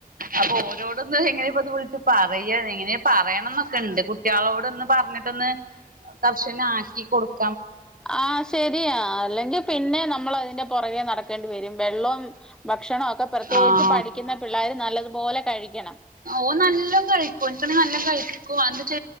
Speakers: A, on the right (about 65°); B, in the centre.
A: അപ്പൊ ഓരോടൊന്ന് എങ്ങനെയപ്പോ അത് വിളിച്ചു <unintelligible> പറയാ എങ്ങനെ പറയണം എന്നൊക്കെ ഉണ്ട് കു കുട്ടികളോട് ഒന്ന് പറഞ്ഞിട്ടൊന്ന് കർഷനആക്കികൊടുക്ക
B: ആഹ ശരിയാ അല്ലെങ്കിൽ പിന്നെ ന നമ്മള് അതിന്റെ പുറകെ നടക്കേണ്ടി വരും വെള്ളം ഭക്ഷണം ക്കെ പ്രത്യേകിച്ച്
A: ആഹ്
B: പഠിക്കുന്ന പിള്ളേർ നല്ലതുപോലെ കഴിക്കണം
A: ഓ നല്ലോ കഴിക്കും എന്നട്ടുനല്ലോ കഴിക്കും എന്താച്ചാ